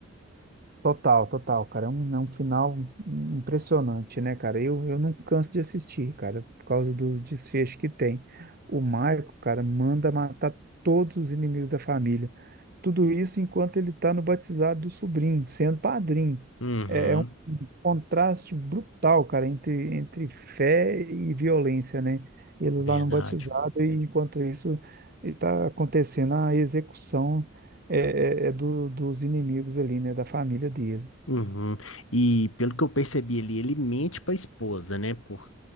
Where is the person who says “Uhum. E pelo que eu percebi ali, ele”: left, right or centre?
Left